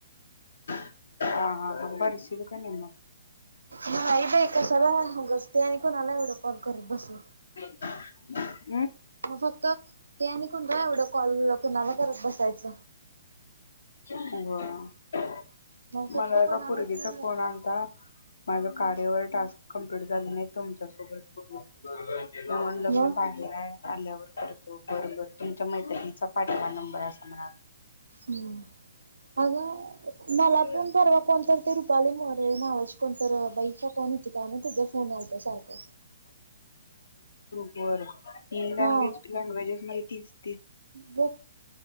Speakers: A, on the left; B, on the right.
A: हा हा हा भरशील कणी मग.
B: नाही बाई, कशाला म उगच ते आणि कुणाला एवढं कॉल करत बसू.
A: <inaudible>
B: म फक्त ते आणि <unintelligible> एवढं कॉल कुणाला करत बस जायच
A: व्हय
B: फक्त
A: मला एका
B: कोणाला
A: पोरगीचा
B: तर मग
A: फोन आलता, माझ कार्यवर टास्क कंप्लीट झालं नाहीत तुमच्या सोबत बोलू? मी म्हणलं
B: हम्म.
A: मी बाहेर हाय. आल्यावर करतो बरबर तुमच्या मैत्रिणींचा पाठवा नंबर असं म्हणा
B: हम्म अग मला
A: नाही
B: पण परवा कोणतर ते रुपाली म्ह कोरे नावाची कोणतर बाई कोन होती काय माहिती तिचा फोन यालता सारखं
A: बरं <unintelligible> लँग्वेज
B: हा
A: लँग्वेजेस मधे <unintelligible>
B: बघ